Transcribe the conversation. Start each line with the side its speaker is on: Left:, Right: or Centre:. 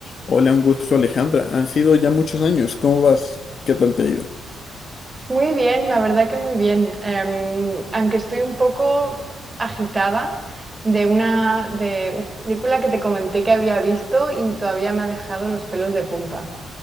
Left: Hola, un gusto, Alejandra. Han sido ya muchos años. ¿Cómo vas? ¿Qué tal te ha ido?
Right: Muy bien, la verdad que muy bien. Em, aunque estoy un poco agitada de una, de una película que te comenté que había visto y todavía me ha dejado los pelos de punta.